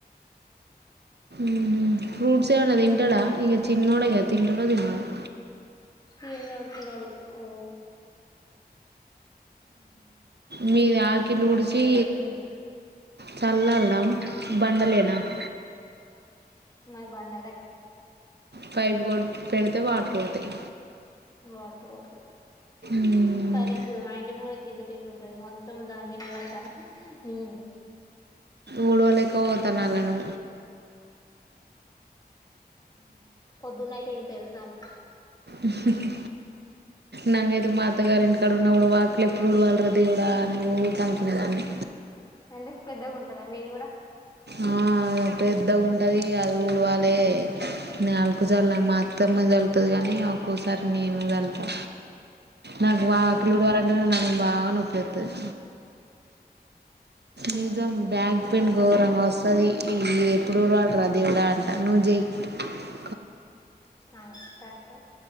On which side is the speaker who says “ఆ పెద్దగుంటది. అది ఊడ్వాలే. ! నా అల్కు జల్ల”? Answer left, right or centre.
Right